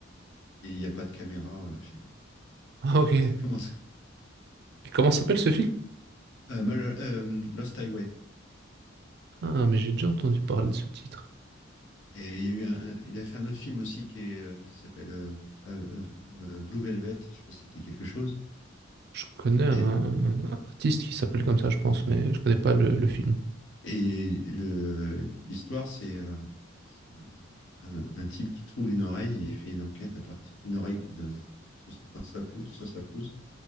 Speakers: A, on the left; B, on the right.
A: Et il n'y a pas de caméra euh, chez lui.
B: Ah, ok.
A: Donc
B: Et
A: ça commence.
B: comment s'appelle ce film?
A: Euh, Mal- euh, Lost Highway.
B: Ah, mais j'ai déjà entendu parler de ce titre.
A: Et il y a eu un, un- il a fait un autre film aussi qui est, euh, qui s'appelle euh, euh, euh, euh, Blue Velvet. Je sais pas si ça te dit quelque chose.
B: Je connais un,
A: Et,
B: un artiste qui s'appelle comme ça, je pense, mais je connais pas le, le film.
A: et le, l'histoire, c'est euh, c'est un, un- un type qui trouve une oreille et il fait une enquête à partir une oreille qui de, sur, dans sa pelouse, sur sa pelouse.